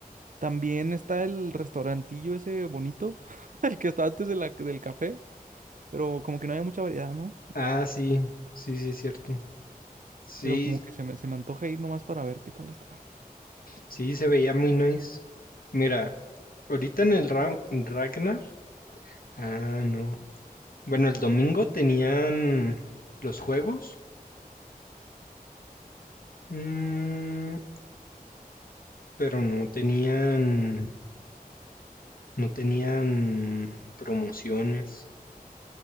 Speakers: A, on the right; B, on the left.
A: También está el restaurantillo ese bonito, <laughs> el que está antes de la- del café, pero como que no hay mucha variedad, ¿no?
B: Ah, sí, sí, sí, es cierto. Sí,
A: Pero como que se me, se me antoja ir nomás para ver qué tal está,
B: sí, se veía muy nice. Mira, ahorita en el Ra- Ragnar, ah, no. Bueno, el domingo tenían los juegos, mm, pero no tenían, no tenían promociones,